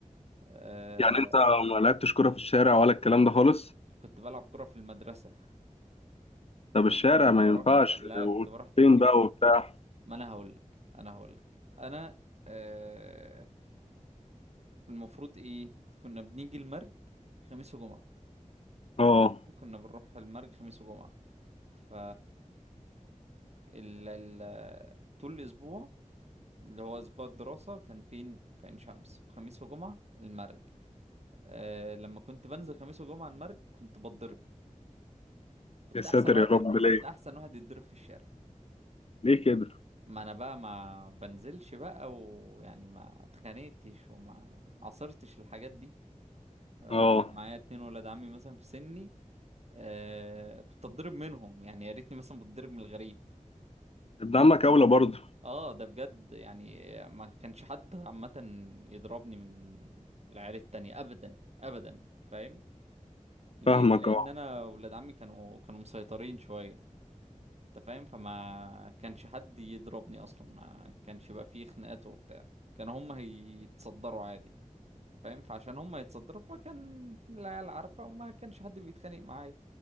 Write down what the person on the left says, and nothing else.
يعني انت ما لعبتش كرة في الشارع ولا الكلام ده خالص
طب الشارع
ما ينفعش
وفين
بقى وبتاع
اه
يا ساتر
يا رب
ليه
ليه كده
اه
ابن عمك اولى برضه
فاهمك
اه